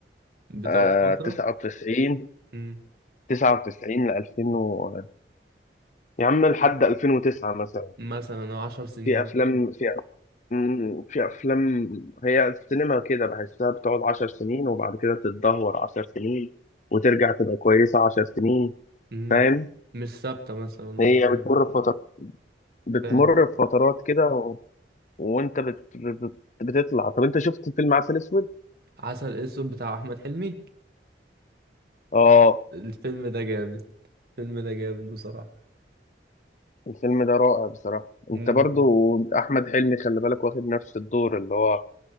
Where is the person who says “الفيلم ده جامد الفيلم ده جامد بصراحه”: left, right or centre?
Right